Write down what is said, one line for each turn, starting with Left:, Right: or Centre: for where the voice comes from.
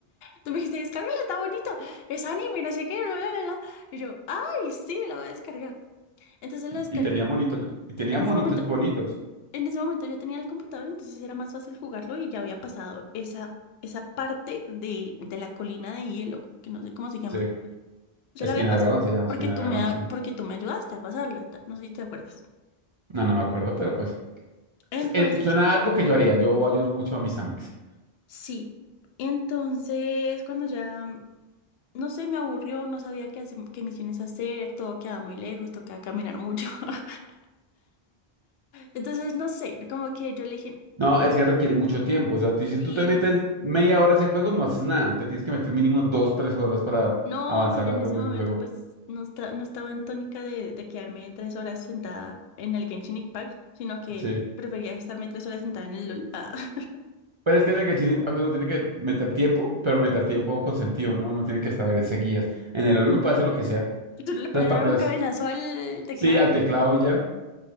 Left: Tú me dijiste, descárgala, está bonito, es anime, no sé qué, bla, bla, bla. bla". Y yo, ay, sí, la voy a descargar. Entonces la descargué.
Right: Y tenía monitos, y tenía
Left: En
Right: monitos
Left: ese momento,
Right: bonitos.
Left: en ese momento yo tenía el computador, entonces era más fácil jugarlo y ya había pasado esa, esa parte de, de la colina de hielo, que no sé cómo se llama.
Right: sí
Left: Ya
Right: Espina
Left: la había pasado
Right: de Dragón se llama
Left: porque
Right: Espina
Left: tú
Right: de Dragón,
Left: me, a-
Right: sí.
Left: porque tú me ayudaste a pasarla, ta- no sé si te acuerdas.
Right: No, no me acuerdo, pero pues
Left: Entonces,
Right: s- eh, suena a algo que yo haría. Yo ayudo mucho a mis amigos.
Left: sí. Entonces, cuando ya. no sé, me aburrió, no sabía qué, hace- qué misiones hacer, todo quedaba muy lejos, tocaba caminar mucho. <laughs> Entonces, no sé, como que yo le dije,
Right: No, es que requiere mucho tiempo. O sea, ti- si
Left: sí,
Right: tú te metes media hora a ese juego, no haces nada. Te tienes que meter mínimo dos, tres horas para
Left: no,
Right: avanzar
Left: yo
Right: algo
Left: en ese
Right: en
Left: momento
Right: el juego.
Left: pues no, esta- no estaba en tónica de, de quedarme tres horas sentada en el Genshin Impact, sino que
Right: Sí.
Left: prefería estarme tres horas sentada en el LOL. Ah. <laughs>
Right: Pero es que en el Genshin Impact uno tiene que meter tiempo, pero meter tiempo con sentido, ¿no? Uno tiene que saber seguidas. En el uno puede hacer lo que sea.
Left: ¿Tú no le puedes
Right: Las partidas,
Left: dar un cabezazo al teclado?
Right: sí, al teclado y ya.